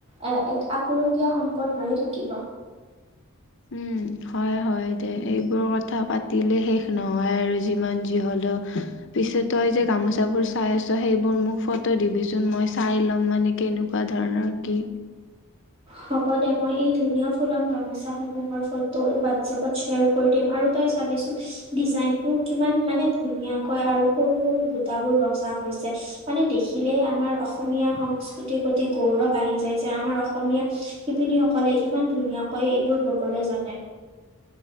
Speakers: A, on the right; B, on the left.
A: এ, এক আপুৰুগীয়া সম্পদ হৈয়ে থাকিব।
B: উম, হয়, হয়। তে, এইবোৰ কথা পাতিলে শেষ নহয় আৰু যিমান যি হ'লেও পিছে তই যে গামোচাবোৰ চাই আছ, সেইবোৰ মোক ফটো দিবিচোন মই চাই ল'ম মানে কেনেকুৱা ধৰণৰ কি!
A: হ'ব দে, মই এই ধুনীয়া ফুলাম গামোচাসমূহৰ ফটো হোৱাটছএপত শ্বেয়াৰ কৰি দিম আৰু তই চাবিচোন ডিজাইনবোৰ কিমান মানে ধুনীয়াকৈ আৰু সৰু, সৰু বুটাবোৰ বচা হৈছে। মানে দেখিলেই আমাৰ অসমীয়া সংস্কৃতিৰ প্ৰতি গৌৰৱ আহি যায় যে, আমাৰ অসমীয়া শিপিনীসকলে ইমান ধুনীয়াকৈ এইবোৰ ব'বলৈ জানে।